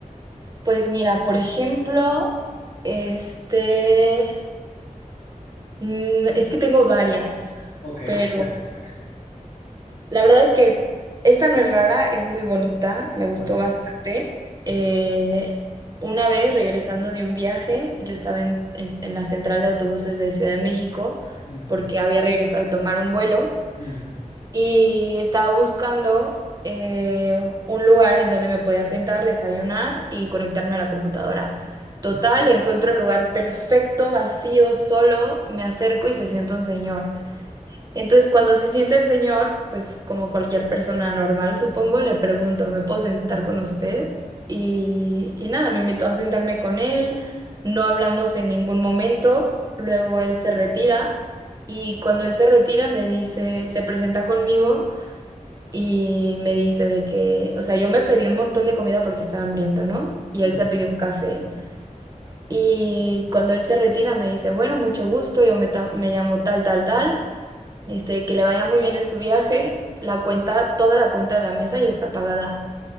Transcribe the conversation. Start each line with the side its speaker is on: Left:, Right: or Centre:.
Right: Pues mira, por ejemplo, este, mm, es que tengo varias,
Left: Ok,
Right: pero
Left: <laughs>
Right: la verdad es que esta no es rara, es muy bonita, me gustó
Left: vale.
Right: bastante. Eh,
Left: Ujú.
Right: una vez regresando de un viaje, yo estaba en, en en la central de autobuses de Ciudad de México
Left: Mm,
Right: porque había regresado de tomar un vuelo.
Left: mm,
Right: y estaba buscando eh, un lugar en donde me podía sentar, desayunar y conectarme a la computadora. Total,
Left: mm,
Right: encuentro el lugar perfecto, vacío, solo, me acerco y se sienta un señor. Entonces, cuando se sienta el señor, pues como cualquier persona normal, supongo, le pregunto, ¿me puedo sentar con usted? Y, y nada, me invitó a sentarme con él, no hablamos en ningún momento, luego él se retira y cuando él se retira me dice, se presenta conmigo y me dice de que, o sea, yo me pedí un montón de comida porque estaba hambrienta, ¿no? Y
Left: mm.
Right: él se pidió un café. Y cuando él se retira me dice, bueno, mucho gusto, yo me, ta- me llamo tal, tal, tal. Este, que le vaya muy bien en su viaje. La cuenta, toda la cuenta de la mesa ya está pagada.